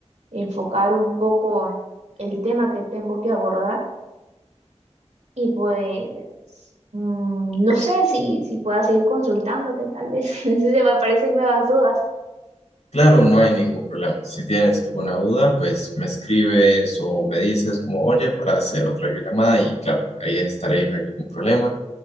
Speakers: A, on the right (about 75°); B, on the left (about 70°).
A: enfocar un poco el tema que tengo que abordar. Y pues, mm, no sé si, si pueda seguir consultándote, tal vez, <laughs> si se me aparecen nuevas dudas.
B: Claro, no hay ningún problema. Si tienes alguna duda, pues me escribes o me dices como, oye, para hacer otra videollamada y claro, ahí estaré, no hay ningún problema.